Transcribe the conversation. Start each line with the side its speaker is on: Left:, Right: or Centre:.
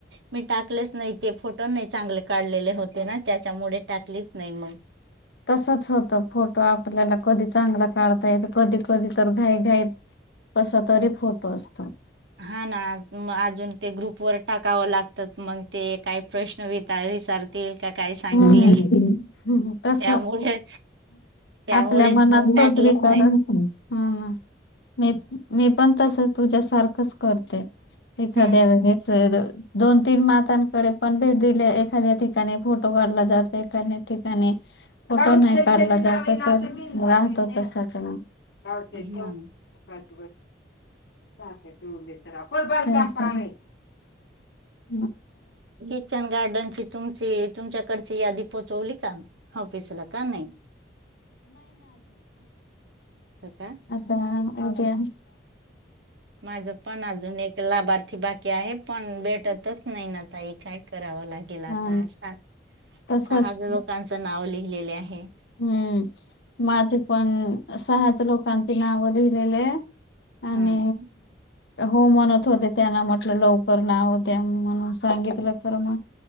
Right: मी टाकलेच नाही ते फोटो नाही चांगले काढलेले होते. ना त्याच्यामुळे टाकलीच नाही मग
Left: तसच होतं फोटो आपल्याला कधी चांगला काढता येत कधी कधी तर घाई घाई कसा तरी फोटो असतो.
Right: हा ना मग अजून ते ग्रुपवर टाकावं लागतात मग ते काही प्रश्न विचारतील का काय सांगतील
Left: हम तसच
Right: त्यामुळे त्यामुळेच
Left: आपल्या मनातच
Right: मग टाकलंच नाही.
Left: <unintelligible> मी पण तसच तुझ्यासारखंच करते एखाद्या
Right: हम्म
Left: वेळेस तर दोन तीन मातांकडे पण भेट दिली एखाद्या ठिकाणी फोटो काढला जाते एखाद्या ठिकाणी फोटो नाही काढला जात तर राहतो तसंच <unintelligible>
Right: हम्म
Left: त तर आपण बता नाही <unintelligible>
Right: किचन गार्डनची तुमची, तुमच्याकडची यादी पोचवली का? ऑफीसला का नाही. का
Left: ऑफिस ला म्हणजे
Right: माझ पण अजून एक लाभार्थी बाकी आहे, पण भेटतच नाही ना ताई काय करत करावं लागेल आता,
Left: हा
Right: सांग.
Left: तसच
Right: सहाच लोकांच नाव लिहिलेले आहे.
Left: हम्म माझे पण, सहाच लोकांची नाव लिहिलेले.
Right: हम्म
Left: आणि हो म्हणत होते त्याना म चल लवकर नाव द्या म्हणून सांगितलं तर मग.